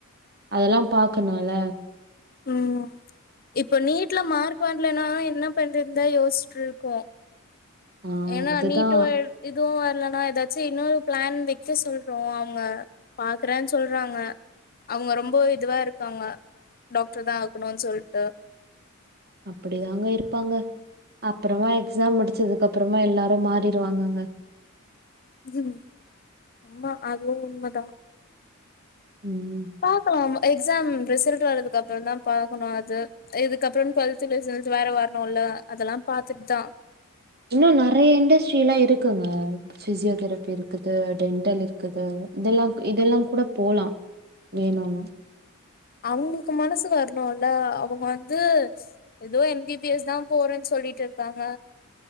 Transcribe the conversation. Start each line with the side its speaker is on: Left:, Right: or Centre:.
Right: அதெல்லா பாக்கணுல
Left: உம் இப்ப நீட்ல மார்க் பண்டலனாலு என்ன பண்ரந்து யோசிச்சட்டுருக்கோம்
Right: ஆ
Left: ஏன்னா
Right: அதுதா
Left: நீட்டும் இதுவு இல்லனா ஏதாச்சும் இன்னொரு பிளான் வெக்க சொல்லாறங்க பாக்குறேன்னு சொல்றாங்க அவங்க ரொம்ப இதுவா இருக்காங்க டாக்டர் தா ஆக்கணும் சொல்லிட்டு
Right: அப்படிதாங்க இருப்பாங்க அப்புறமா எக்ஸாம் முடிச்சதுக்கு அப்புறமா எல்லாரும் மாறிடுவாங்கங்க
Left: உம் ரமா அதுவும் உண்மைதா
Right: ம்
Left: பாக்கலாம் எக்ஸாம் ரிசல்ட் வரதுக்கு அப்புறம் தா பாக்கணும் அது இதுக்கப்புறம் டுவெல்த் ரிசல்ட் வேற வரணும்ல்ல அதெல்லா பாத்துட்டு தா
Right: இன்னும் நிறைய இண்டஸ்ட்ரி எல்லாம் இருக்குங்க பிசியோதெரபி இருக்குது டென்டல் இருக்குது இதெல்லாம் இதெல்லாம் கூட போலாம் வேணுன்ன
Left: அவங்களுக்கு மனசு வரணும்ல அவங்க வந்து ஏதோ எம் பி பி எஸ் தா போறேன்னு சொல்லிட்டு இருக்காங்க